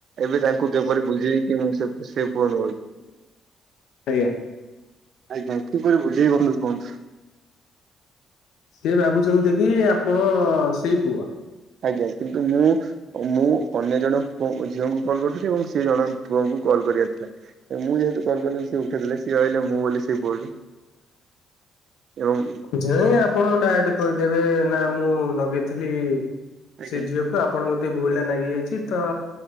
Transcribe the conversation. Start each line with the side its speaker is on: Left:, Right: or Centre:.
Right: ଏବେ ତାଙ୍କୁ କେପରି ବୁଝେଇବି ମୁଁ ସେ
Left: ଆଜ୍ଞା।
Right: ପୁଅ ନୁହଁ।
Left: ଆଜ୍ଞା।
Right: ଆଜ୍ଞା କିପରି ବୁଝେଇବି କୁହନ୍ତୁ?
Left: ସେଏ ଭାବୁଛନ୍ତି କି ଆପଣ ସେଇ ପୁଅ।
Right: ଆଜ୍ଞା କିନ୍ତୁ ମୁଁ ମୁଁ ଅନ୍ୟ ଜଣେ ପୁଅ ଝିଅଙ୍କୁ କଲ୍ କରୁଥିଲି ଏବଂ ସେ ଜଣେ ପୁଅଙ୍କୁ କଲ୍ କରିବାର ଥିଲା। ମୁଁ ଯେହେତୁ କଲ୍ କରିଦେଲି ସିଏ ଉଠେଇଦେଲେ ସିଏ ଭାବିଲେ ମୁଁ ବୋଲି ସିଏ ପୁଅଟି। ଏବଂ
Left: ହଁ ଯାଇ ଆପଣ ଡାଇରେକ୍ଟ କହିଦେବେ ନା ମୁଁ ଲଗେଇଥିଲି।
Right: ଆଜ୍ଞା
Left: ସେ ଝିଅକୁ ଆପଣଙ୍କୁ ଯଦି ଭୁଲ ଲାଗି ଯାଇଛି ତ